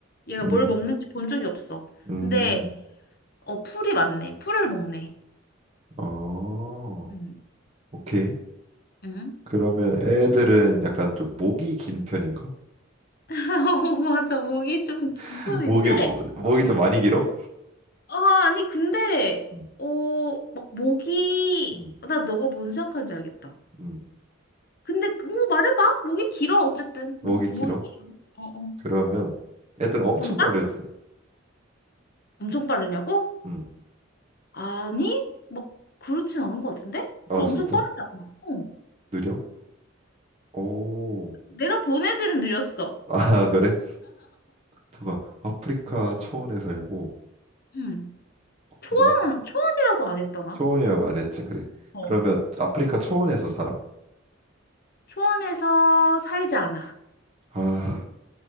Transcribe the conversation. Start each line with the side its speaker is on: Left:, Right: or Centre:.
Left: 얘가
Right: 음,
Left: 뭘 먹는지 본 적이 없어.
Right: 음,
Left: 근데, 어, 풀이 많네. 풀을 먹네.
Right: 어,
Left: 응.
Right: 오케이.
Left: 응?
Right: 그러면 애들은 약간 좀 목이 긴 편인가?
Left: <laughs> 어, 맞아. 목이 좀 긴
Right: <laughs>
Left: 편인데,
Right: 목이, 뭐- 목이 좀 많이 길어?
Left: 아, 아니, 근데,
Right: 음,
Left: 어, 막 목이,
Right: 음,
Left: 나 너가 뭔 생각하는지 알겠다.
Right: 음.
Left: 근데, 그- 뭐 말해봐. 목이 길어, 어쨌든.
Right: 목이
Left: 목,
Right: 길어?
Left: 목이 길어. 어, 어.
Right: 그러면 애들 엄청
Left: 정답?
Right: 빠르지?
Left: 엄청 빠르냐고?
Right: 음,
Left: 아니? 막 그렇진 않은 것 같은데?
Right: 아,
Left: 그럼
Right: 진짜?
Left: 엄청 빠르지 않나? 어.
Right: 느려? 오,
Left: 내가 본 애들은 느렸어.
Right: 아, <laughs> 그래? 저가 아프리카 초원에 살고,
Left: 응. 초원
Right: 목,
Left: 초원이라고 안 했다나?
Right: 초원이라고 안 했지, 그래.
Left: 어.
Right: 그러면 아프리카 초원에서 살아?
Left: 초원에서 살지 않아.
Right: 아,